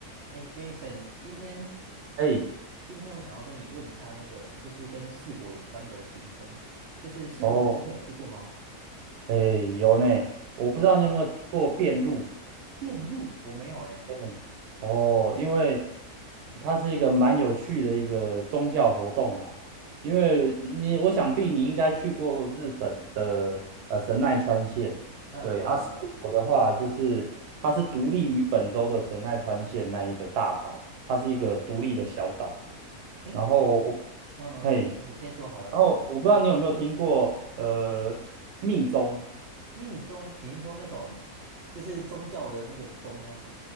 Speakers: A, on the right; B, on the right.
A: 哎，Jason，今天
B: 哎，
A: 今天我想要跟你问一下那个，就是跟四国有关的行程，就是四国你之前有去过吗？
B: 哦，哎，有呢，我不知道你有没有听过遍路，
A: 哎，遍路我没有哎，
B: 哎，哦，因为它是一个蛮有趣的一个宗教活动啦，因为你，我想必你应该去过日本的呃神奈川县，
A: 嗯，
B: 对，
A: 有有有，
B: 啊，四国的话就是它是独立于本州的神奈川县那一个大岛，它是一个独立的小岛，
A: 哎，
B: 然后，
A: 呃，
B: 嘿，
A: 你说你先说好了，
B: 然后我不知道你有没有听过呃密宗。
A: 密宗你是说那种就是宗教的那个宗吗？